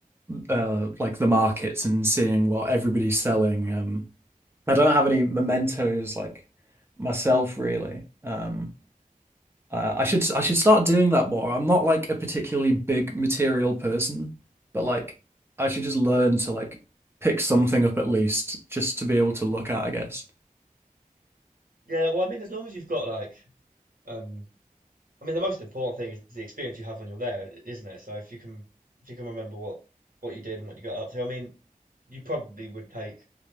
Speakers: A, on the right; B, on the right.
A: uh like the markets and seeing what everybody's selling. Um, I don't have any mementos like myself really. Um, uh, I should I should start doing that more. I'm not like a particularly big material person, but like I should just learn to like pick something up at least just to be able to look at, I guess.
B: Yeah, well, I mean, as long as you've got like, um, I mean, the most important thing is the experience you have when you're there, isn't it? So if you can if you can remember what what you did and what you got up to, I mean, you probably would take